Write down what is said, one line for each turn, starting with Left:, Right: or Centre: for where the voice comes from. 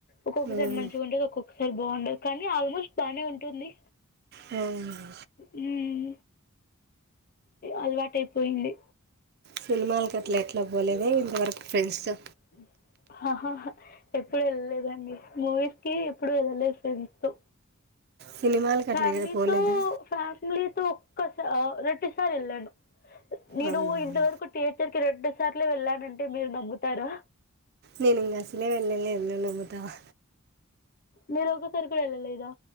Left: ఒక్కొక్కసారి
Right: ఉమ్
Left: మంచిగా ఉంటది ఒక్కొక్కసారి బాగుండదు కానీ ఆల్మోస్ట్ బానే ఉంటుంది
Right: మ్మ్
Left: హ్మ్ అలవాటు అయిపోయింది
Right: సినిమాలకు అట్లా ఎట్లా పోలేద ఇంతవరకు ఫ్రెండ్స్ తో
Left: మ్మ్ ఆహా హా ఎప్పుడు వెళ్ళలేదండి. మూవీస్ కి ఎప్పుడు వెళ్ళలేదు ఫ్రెండ్స్ తో
Right: సినిమాలకు
Left: ఫ్యామిలీతో
Right: అట్లా పోలేదా
Left: ఫ్యామిలీతో ఒక్కస రొండు సార్లు వెళ్ళాను. నేను
Right: అవునా
Left: ఇంతవరకు థియేటర్ కి రెండు సార్లే వెళ్ళానంటే మీరు నమ్ముతారా
Right: నేను ఇంగ అసలే వెళ్ళలేదు నువ్వు నమ్ముతావా
Left: మీరు ఒకసారి కూడా వెళ్ళలేదా.